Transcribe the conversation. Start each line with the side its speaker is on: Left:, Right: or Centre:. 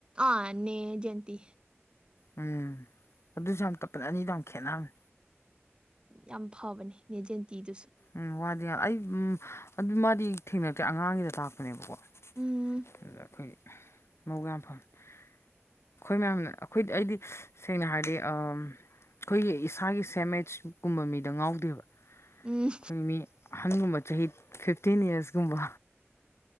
Right: ꯑꯥ ꯅꯦ ꯑꯦꯖꯦꯟꯇꯤ꯫
Left: ꯎꯝ ꯑꯗꯨꯁꯨ ꯌꯥꯝ ꯇꯞꯄꯅꯦ ꯑꯅꯤꯗꯨ ꯌꯥꯝ ꯈꯦꯠꯅꯕꯅꯦ꫰꫰
Right: ꯌꯥꯝ ꯐꯕꯅꯦ ꯅꯦꯖꯦꯟꯇꯤꯗꯨꯁꯨ꯫
Left: ꯎꯝ ꯋꯥꯗꯤ ꯑꯩ ꯑꯗꯨ ꯃꯥꯗꯤ ꯊꯦꯡꯅꯛꯗꯔꯦ ꯑꯉꯥꯡꯒꯤꯗ ꯇꯥꯛꯄꯅꯦꯕꯀꯣ꯫
Right: ꯎꯝ꯫
Left: ꯑꯗꯨꯗ ꯑꯩꯈꯣꯏꯒꯤ ꯃꯕꯨꯛ ꯌꯥꯝ ꯐꯥꯕꯅꯤ꯫ ꯑꯩꯈꯣꯏ ꯃꯌꯥꯝꯅ ꯑꯩꯈꯣꯏꯗꯤ ꯑꯩꯗꯤ ꯁꯦꯡꯅ ꯍꯥꯏꯔꯗꯤ ꯑꯝ꯫ ꯑꯩꯈꯣꯏꯒꯤ ꯏꯁꯥꯒꯤ ꯁꯦꯃꯦꯆ ꯀꯨꯝꯕ ꯃꯤꯗ ꯉꯥꯎꯗꯦꯕ꫰꫰
Right: ꯎꯝ꯫
Left: ꯑꯩꯈꯣꯏ ꯃꯤ ꯑꯍꯟꯒꯨꯝꯕ ꯆꯍꯤ ꯐꯤꯐꯇꯤꯟ ꯏꯌꯥꯔꯁꯀꯨꯝꯕ꯫